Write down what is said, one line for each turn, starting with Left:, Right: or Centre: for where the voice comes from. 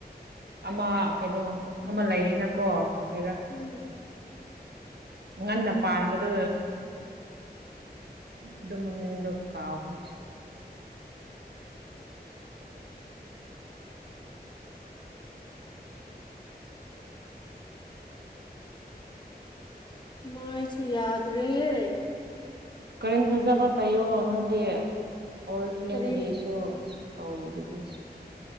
Right: ꯑꯃ ꯀꯩꯅꯣ ꯑꯃ ꯂꯩꯌꯦꯅꯀꯣ ꯀꯩꯔꯥ
Left: ꯎꯝ
Right: ꯉꯟꯅ ꯄꯥꯟꯕꯗꯨ ꯑꯗꯨ ꯃꯃꯤꯡꯗꯨ ꯀꯥꯎꯈꯔꯦ
Left: ꯃꯥꯏꯁꯨ ꯌꯥꯗꯔꯦꯍꯦ
Right: ꯀꯔꯤꯝ ꯐꯖꯕ ꯇꯩꯌꯣ ꯅꯪꯗꯤ ꯑꯣꯔꯤꯐ꯭ꯂꯦꯝꯒꯤꯁ
Left: ꯀꯔꯤ
Right: ꯑꯗꯨ ꯇꯧꯔꯤꯗꯨꯗꯤ